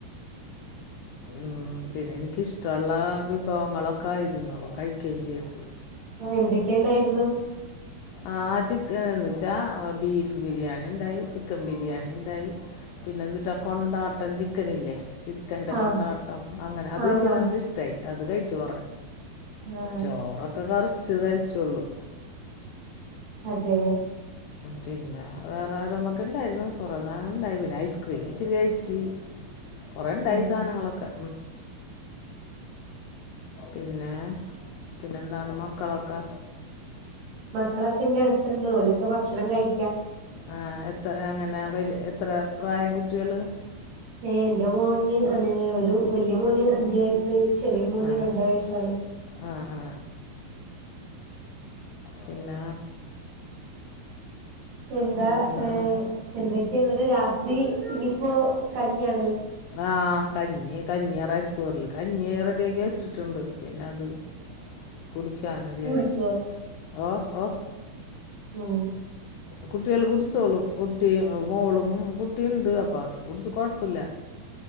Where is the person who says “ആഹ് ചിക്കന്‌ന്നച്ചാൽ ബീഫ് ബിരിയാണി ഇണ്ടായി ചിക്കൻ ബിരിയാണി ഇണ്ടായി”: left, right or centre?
Left